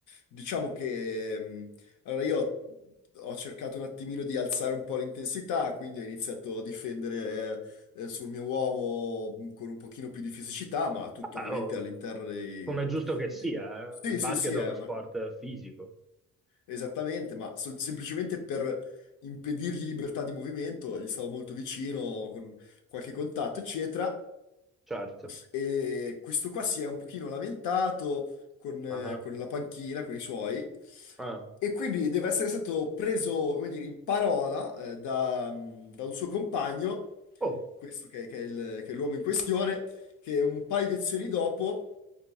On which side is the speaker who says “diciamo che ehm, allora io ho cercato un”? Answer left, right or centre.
Left